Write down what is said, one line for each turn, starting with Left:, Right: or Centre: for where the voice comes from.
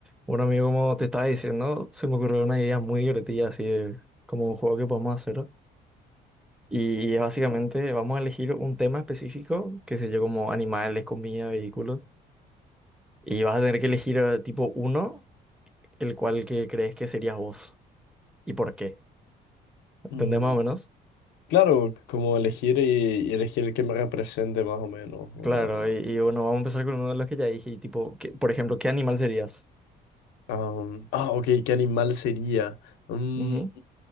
Centre: Bueno, amigo, como te estaba diciendo, se me ocurrió una idea muy divertida, así de como un juego que podemos hacer. Y es básicamente, vamos a elegir un tema específico, que sé yo, como animales, comida, vehículos. Y vas a tener que elegir eh, tipo uno, el cual que crees que serías vos. ¿Y por qué? ¿Entendés
Left: Mm,
Centre: más o menos?
Left: claro, como elegir y, y elegir el que me represente más o menos, ¿verdad?
Centre: Claro, y, y bueno, vamos a empezar con uno de los que ya dije, y tipo, que, por ejemplo, ¿qué animal serías?
Left: Am, ah, ok, ¿qué animal sería? Mm,
Centre: Ujú,